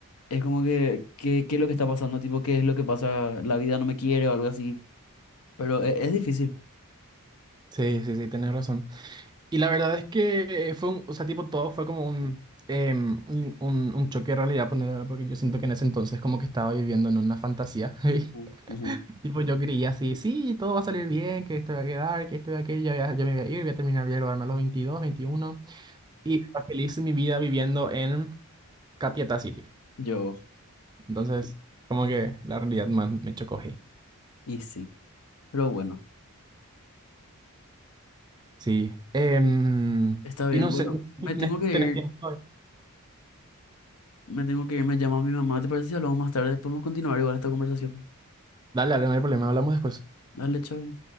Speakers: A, on the left; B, on the right.
A: Es como que, que- ¿qué es lo que está pasando? Tipo, ¿qué es lo que pasa? La vida no me quiere o algo así. Pero e- es, difícil.
B: Sí, sí, sí, tenés razón. Y la verdad es que fue un, o sea, tipo, todo fue como un, em, un, un- un choque de realidad, ponerlo, porque yo siento que en ese entonces como que estaba viviendo en una fantasía. <laughs> ¿Sí?
A: Ujú, ujú.
B: Tipo, yo creía así, sí, todo va a salir bien, que esto va a quedar, que esto va a aquello, ya, ya me voy a ir, voy a terminar, voy a graduarme a los 22, veintiuno Y estaba feliz mi vida viviendo en Capiatá City.
A: Yo,
B: Entonces, como que la realidad más me chocó ahí.
A: y sí. Pero bueno,
B: Sí. Em,
A: está bien.
B: y no
A: Bueno,
B: sé,
A: me
B: ¿tenés,
A: tengo que
B: tenés
A: ir.
B: tiempo?
A: Me tengo que ir. Me llama mi mamá. ¿Te parece si hablamos más tarde? Podemos continuar igual esta conversación.
B: Dale, dale, no hay problema, hablamos después.
A: Dale, chao.